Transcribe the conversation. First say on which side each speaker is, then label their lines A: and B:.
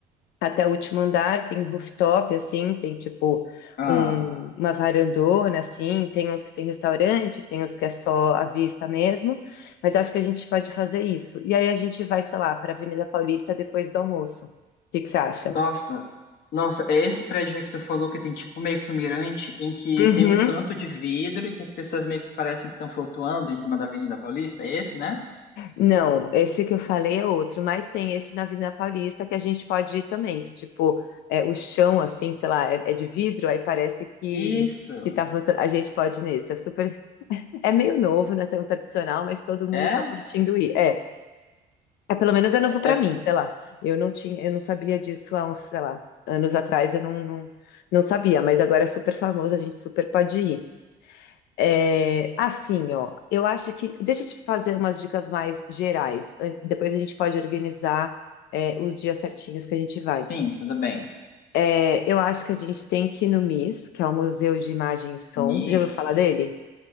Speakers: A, on the left; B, on the left.
A: até o último andar, tem rooftop, assim, tem tipo
B: ah.
A: um- uma varandona, assim, tem uns que tem restaurante, tem uns que é só a vista mesmo, mas acho que a gente pode fazer isso. E aí a gente vai, sei lá, para Avenida Paulista depois do almoço. O que que você acha?
B: Nossa, nossa, é esse prédio aí que tu falou que tem tipo meio que um mirante em que
A: Uhum.
B: tem um canto de vidro e que as pessoas meio que parecem que estão flutuando em cima da Avenida Paulista? É esse, né?
A: Não, esse que eu falei é outro, mas tem esse na Avenida Paulista que a gente pode ir também, que tipo, é, o chão assim, sei lá, é, é de vidro, aí parece que,
B: Isso.
A: que tá flutuando. A gente pode ir nesse, é super. É meio novo, não é tão tradicional, mas todo mundo
B: É?
A: tá curtindo ir. É, é pelo menos é novo
B: É,
A: pra
B: é-
A: mim, sei lá. Eu não tinha, eu não sabia disso há uns, sei lá, anos atrás, eu não, não, não sabia, mas agora é super famoso, a gente super pode ir. É, assim, ó, eu acho que. Deixa eu te fazer umas dicas mais gerais. An- Depois a gente pode organizar, é, os dias certinhos que a gente vai.
B: sim, tudo bem.
A: É, eu acho que a gente tem que ir no MIS, que é o Museu de Imagem e Som.
B: Miss,
A: Já ouviu falar dele?